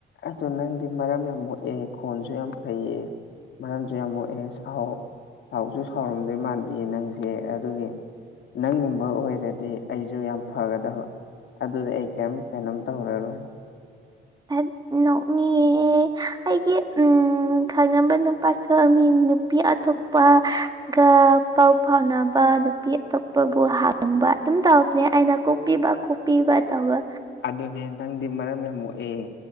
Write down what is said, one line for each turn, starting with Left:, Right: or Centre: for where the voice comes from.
Left: ꯑꯗꯨꯗ ꯅꯪꯗꯤ ꯃꯔꯝ ꯌꯥꯝ ꯃꯣꯛꯑꯦ ꯈꯣꯟꯁꯨ ꯌꯥꯝ ꯐꯩꯌꯦ ꯃꯔꯝꯁꯨ ꯌꯥꯝꯅ ꯃꯣꯛꯑꯦ ꯁꯥꯎ ꯁꯥꯎꯁꯨ ꯁꯥꯎꯔꯝꯗꯣꯏ ꯃꯥꯟꯗꯦ ꯅꯪꯁꯦ ꯑꯗꯨꯒꯤ ꯅꯪꯒꯨꯝꯕ ꯑꯣꯏꯔꯗꯤ ꯑꯩꯖꯨ ꯌꯥꯝ ꯐꯒꯗꯕ ꯑꯗꯨꯗꯤ ꯑꯩ ꯀꯔꯤꯝ ꯀꯩꯅꯣꯝ ꯇꯧꯔꯔꯣꯏ
Right: ꯗꯠ ꯅꯣꯛꯅꯤꯉꯦ ꯍꯦ ꯑꯩꯒꯤ ꯎꯝ ꯎꯝ ꯈꯪꯅꯕ ꯅꯨꯄꯥꯁꯨ ꯃꯤ ꯅꯨꯄꯤ ꯑꯇꯣꯞꯄ ꯒ ꯄꯥꯎ ꯐꯥꯎꯅꯕ ꯅꯨꯄꯤ ꯑꯇꯣꯞꯄꯕꯨ ꯍꯥꯟꯕ ꯑꯗꯨꯝ ꯇꯧꯕꯅꯦ ꯑꯩꯅ ꯀꯣꯛꯄꯤꯕ ꯀꯣꯛ ꯄꯤꯕ ꯇꯧꯔꯣ
Left: ꯑꯗꯨꯅꯦ ꯅꯪꯗꯤ ꯃꯔꯝ ꯌꯥꯝ ꯃꯣꯛꯑꯦ